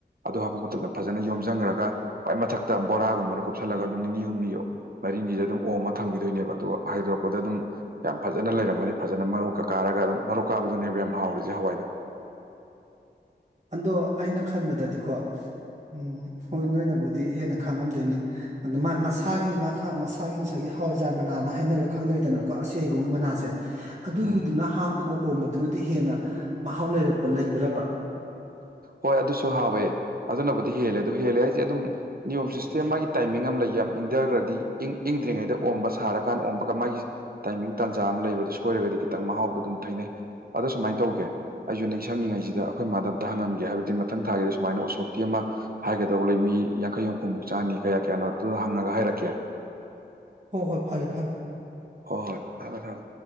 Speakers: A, on the right (about 55°); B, on the right (about 40°).
A: ꯑꯗꯨ ꯍꯥꯞꯄ ꯃꯇꯝꯗ ꯐꯖꯅ ꯌꯣꯝꯖꯟꯒ꯭ꯔꯒ ꯈ꯭ꯋꯥꯏ ꯃꯊꯛꯇ ꯕꯣꯔꯥꯒꯨꯝꯕꯅ ꯀꯨꯞꯁꯜꯂꯒ ꯑꯗꯨꯝ ꯅꯤꯅꯤ ꯍꯨꯝꯅꯤꯌꯣ ꯃꯔꯤꯅꯤꯗ ꯑꯗꯨꯝ ꯑꯣꯝꯃ ꯊꯝꯒꯤꯗꯣꯏꯅꯦꯕ ꯑꯗꯨꯒ ꯍꯥꯏꯗꯣꯔꯛꯄꯗ ꯑꯗꯨꯝ ꯌꯥꯝ ꯐꯖꯅ ꯂꯩꯔꯝꯃꯅꯤ ꯐꯖꯅ ꯃꯔꯣꯛꯀ ꯀꯥꯔꯒ ꯑꯗꯨꯝ ꯃꯔꯣꯛ ꯀꯥꯕꯗꯨꯅꯦꯕ ꯌꯥꯝ ꯍꯥꯎꯔꯤꯖꯦ ꯍꯋꯥꯏꯗ
B: ꯑꯗꯣ ꯑꯩꯅ ꯈꯟꯕꯗꯗꯤꯀꯣ ꯎꯝ ꯍꯣꯏ ꯅꯣꯏꯅꯕꯨꯗꯤ ꯍꯦꯟꯅ ꯈꯪꯉꯝꯗꯣꯏꯅꯤ ꯑꯗꯨꯝ ꯃꯥ ꯃꯁꯥꯒꯤ ꯃꯥꯥꯈꯥ ꯃꯁꯥꯒꯤ ꯉꯁꯥꯏꯒꯤ ꯍꯋꯥꯏꯖꯥꯔ ꯃꯅꯥꯅ ꯍꯥꯏꯅꯔ ꯈꯪꯅꯔꯤꯗꯅꯀꯣ ꯑꯁꯤ ꯍꯩꯕꯣꯡꯒꯤ ꯃꯅꯥꯁꯦ ꯑꯗꯨꯒꯤꯗꯨꯅ
A: ꯎꯝ
B: ꯍꯥꯞꯄꯒ ꯑꯣꯝꯕꯗꯨꯅꯗꯤ ꯍꯦꯟꯅ ꯃꯍꯥꯎ ꯂꯩꯔꯕ ꯂꯩꯕ꯭ꯔꯕ
A: ꯍꯣꯏ ꯑꯗꯨꯁꯨ ꯍꯥꯎꯋꯦ ꯑꯗꯨꯅꯕꯨꯗꯤ ꯍꯦꯜꯂꯦ ꯑꯗꯨ ꯍꯦꯜꯂꯦ ꯍꯥꯏꯁꯦ ꯑꯗꯨꯝ ꯅꯤꯌꯣꯝ ꯁꯤꯁꯇꯦꯝ ꯃꯥꯒꯤ ꯇꯥꯏꯃꯤꯡ ꯑꯃ ꯂꯩ ꯌꯥꯝ ꯏꯪꯗꯒ꯭ꯔꯗꯤ ꯏꯪ ꯏꯪꯗ꯭ꯔꯤꯉꯩꯗ ꯑꯣꯝꯕ ꯁꯥꯔꯀꯥꯟ ꯑꯣꯝꯕꯒ ꯃꯥꯒꯤ ꯇꯥꯏꯃꯤꯡ ꯇꯥꯟꯖꯥ ꯑꯃ ꯂꯩꯕ ꯑꯗꯨ ꯁꯣꯏꯔꯒꯗꯤ ꯈꯤꯇꯪ ꯃꯍꯥꯎꯗꯣ ꯑꯗꯨꯝ ꯊꯩꯅꯩ ꯑꯗ ꯁꯨꯃꯥꯏ ꯇꯧꯒꯦ ꯑꯩꯖꯨ ꯅꯤꯡꯁꯤꯡꯉꯤꯉꯩꯁꯤꯗ ꯑꯩꯈꯣꯏ ꯃꯥꯗ ꯇ ꯍꯪꯉꯝꯒꯦ ꯍꯥꯏꯕꯗꯤ ꯃꯊꯪ ꯊꯥꯒꯤꯗ ꯁꯨꯃꯥꯏꯅ ꯎꯁꯣꯞꯀꯤ ꯑꯃ ꯍꯥꯏꯒꯗꯧꯕ ꯂꯩ ꯃꯤ ꯌꯥꯡꯈꯩ ꯍꯨꯝꯐꯨꯃꯨꯛ ꯆꯥꯅꯤ ꯀꯌꯥ ꯀꯌꯥꯅꯣ ꯑꯗꯨꯗꯣ ꯍꯪꯉꯒ ꯍꯥꯏꯔꯛꯀꯦ
B: ꯍꯣ ꯍꯣꯏ ꯐꯔꯦ ꯐꯔꯦ
A: ꯍꯣꯏ ꯍꯣꯏ ꯊꯝꯃꯦ ꯊꯝꯃꯦ